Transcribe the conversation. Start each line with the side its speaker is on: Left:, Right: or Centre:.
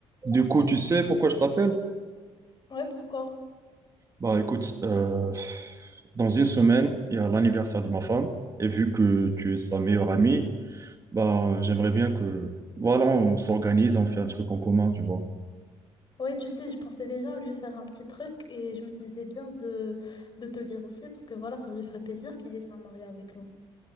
Right: Du coup, tu sais pourquoi je t'appelle?
Left: Ouais, pourquoi?
Right: Bah écoute, euh, dans une semaine, il y a l'anniversaire de ma femme, et vu que tu es sa meilleure amie, bah j'aimerais bien que, voilà, on s'organise, on fait un truc en commun, tu vois.
Left: Ouais, tu sais, je pensais déjà à lui faire un petit truc et je me disais bien de, de te le dire aussi parce que voilà, ça lui ferait plaisir qu'il y ait un marié avec nous.